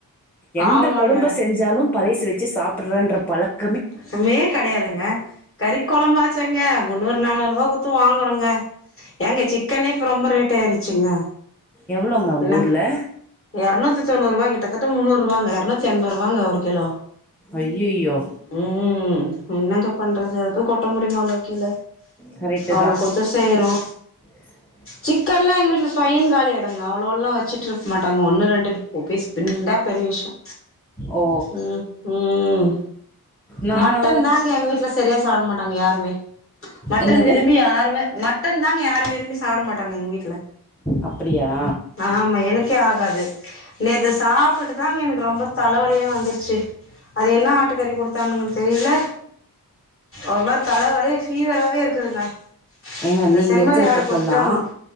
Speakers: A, in the centre; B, on the left.
A: எந்த
B: ஆமாங்க
A: கொழம்ப செஞ்சாலு பழைசு வெச்சு சாப்புட்றன்ற பழக்
B: கமே கெடையாதுங்க கறிக் கொழம்பாச்சேங்க முன்னூறு நாநூறுபா குடுத்து வாங்குறோங்க ஏங்க சிக்கனே இப்ப ரொம்ப ரேட் ஆயிருச்சுங்க
A: எவ்வளோங்க உங்க
B: என்ன
A: ஊர்ல
B: எரநூத்தி தொண்ணூறுபா கிட்டத்தட்ட முன்னூறுபாங்க எரநூத்தி எண்போரூவாங்க ஒரு கிலோ
A: ஐயையோ
B: ம் என்னங்க பண்றது அத போய் கொட்ட முடியுமாங்க கீழ
A: கரெக்டு
B: அவ்ளோ
A: தா
B: குடுத்த பேறோ
A: <inaudible>
B: சிக்கன்லா எங்க வீட்ல சொய்னு காலி ஆயிடுங்க அவ்ளோன்லா வெச்சுட்ருக்க மாட்டாங்க ஒன்னு ரெண்டு பீஸ் இருந்தா பெரிய விஷ்ய
A: ஓ
B: ம் ம்
A: நானு
B: மட்டன் தாங்க எங்க வீட்ல செரியா சாப்ட மாட்டாங்க யாருமே மட்டன்
A: என்னது
B: விரும்பி யாருமே மட் ட்டன் தாங்க யாரு விரும்பி சாப்ட மாட்டாங்க எங்க வீட்ல
A: அப்டியா
B: ஆமா எனக்கே ஆகாது நேத்து சாப்டுட்டு தாங்க எனக்கு ரொம்ப தலவலியா வந்துருச்சு அது என்னா ஆட்டுக்கறி குடுத் த்தாங்கனு தெரில ஒருமாரி தல வலி ஃபீவராவே இருக்குதுங்க
A: ஏங்க
B: இந்த
A: நீங்க
B: செம்மறி
A: இருக்குற
B: ஆடு
A: பக்கல்லா
B: குடுத்துட்டாங்க